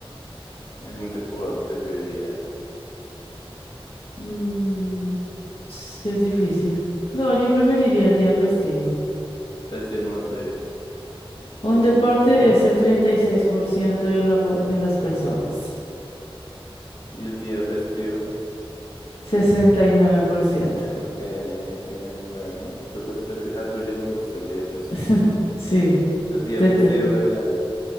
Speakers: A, on the left; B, on the left.
A: Hay un deporte, yo diría.
B: Mm, es que es difícil. No, yo preferiría el día festivo.
A: Pues sí, es más breve.
B: Un
A: El
B: deporte
A: día,
B: es el 36% de, la, po- de las personas.
A: y el día festivo.
B: sesenta y nueve por ciento
A: Ok, bien, bueno. ¿Tú qué prefieres? Ah, tú ya me dijiste el día festivo.
B: <laughs> Sí,
A: El día
B: tete.
A: festivo de Dani.